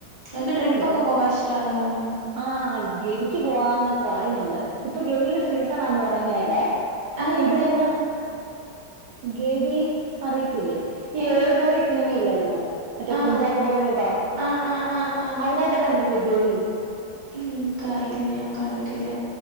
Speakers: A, on the right; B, on the right.
A: ഇങ്ങക്ക് ട്രിപ്പൊക്കെ
B: ഓ ഇവിടെ
A: പോവാൻ ഇഷ്ടള്ള ആളാണോ
B: ആഹ് ഗവിക്ക് പോവാന്ന് പറയുന്നുണ്ട് ഇപ്പൊ ഗവില് സീസണാന്ന് പറയുന്നത് കേട്ടെ
A: ആയ്
B: ഇപ്പ
A: എവിടെ
B: ഇവിടുന്ന് ഗേവി അറിയത്തില്ലേ ഈ
A: ഏ
B: ഓർഡിനറി സിനിമയില്ലായിരുന്നോ മറ്റേ
A: ആഹ്
B: കുഞ്ചാക്കോ ബോബൻ്റെ ഒരു പടം
A: ആഹ് ആഹ് ആഹ് ആഹ്
B: അതിനകത്തൊക്കെ കണ്ടിട്ടില്ലേ ഗെവി
A: എനിക്കറിയില്ല ഞാൻ കണ്ടിട്ടില്ല